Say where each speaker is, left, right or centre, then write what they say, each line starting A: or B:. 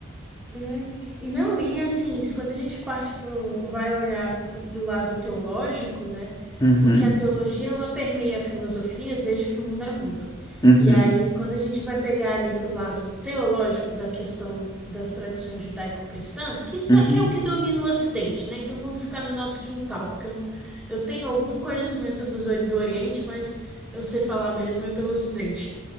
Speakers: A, in the centre; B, on the left.
A: né E não, e assim, isso quando a gente parte pro, vai olhar pro, do lado teológico, né?
B: Uhum,
A: Porque a teologia ela permeia a filosofia desde que o mundo é mundo.
B: uhum,
A: E aí, quando a gente vai pegar ali pro lado teológico da questão das tradições judaico-cristãs, que, são-
B: uhum,
A: que é o que domina o Ocidente, né? Então vamos ficar no nosso quintal, porque eu não, eu tenho algum conhecimento dos, ori- do Oriente, mas eu sei falar mesmo é pelo Ocidente.